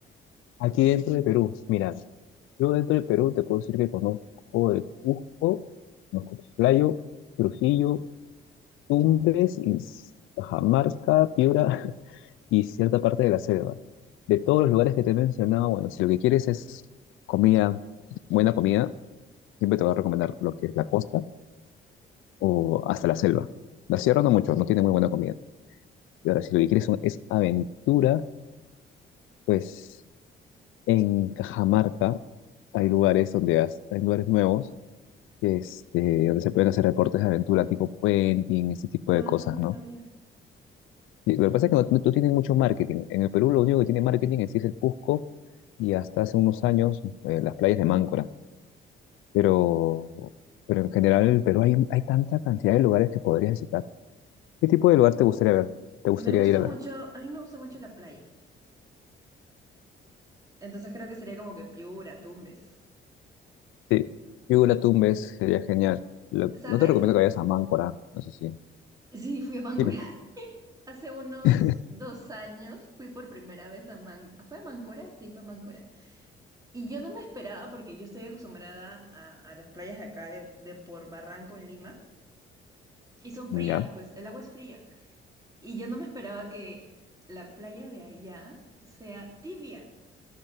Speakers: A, on the left (about 85°); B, on the right (about 20°).
A: Aquí dentro de Perú, mira, yo dentro de Perú te puedo decir que conozco de Cusco, conozco Chiclayo, Trujillo, Tumbes y Cajamarca, Piura <laughs> y cierta parte de la selva. De todos los lugares que te he mencionado, bueno, si lo que quieres es comida, buena comida, siempre te voy a recomendar lo que es la costa o hasta la selva. La sierra no mucho, no tiene muy buena comida. Y ahora, si lo que quieres son- es aventura, pues En Cajamarca hay lugares donde has- hay lugares nuevos este, donde se pueden hacer deportes de aventura tipo puenting, ese tipo
B: Ah,
A: de cosas,
B: no
A: ¿no?
B: sabía.
A: Y lo que pasa es que no, no no tienen mucho marketing. En el Perú lo único que tiene marketing en sí es el Cusco y hasta hace unos años eh, las playas de Máncora. Pero, pero en general en el Perú hay, hay tanta cantidad de lugares que podrías visitar. ¿Qué tipo de lugar te gustaría ver? ¿Te gustaría
B: Me gusta
A: ir a
B: mucho,
A: ver?
B: a mí me gusta mucho la playa. Entonces creo que sería como que Piura, Tumbes.
A: Sí, yo la Tumbes sería genial. Lo-
B: ¿Sabes?
A: no te recomiendo que vayas a Máncora, eso sí.
B: Sí, fui a Máncora.
A: Dime.
B: <laughs> Hace unos
A: <laughs>
B: dos años fui por primera vez a Máncora. ¿Fue a Máncora? Sí, fue a Máncora. Y yo no me esperaba porque yo estoy acostumbrada a, a las playas de acá de, de por Barranco en Lima. Y son
A: Ya.
B: frías, pues, el agua es fría. Y yo no me esperaba que la playa de allá sea tibia.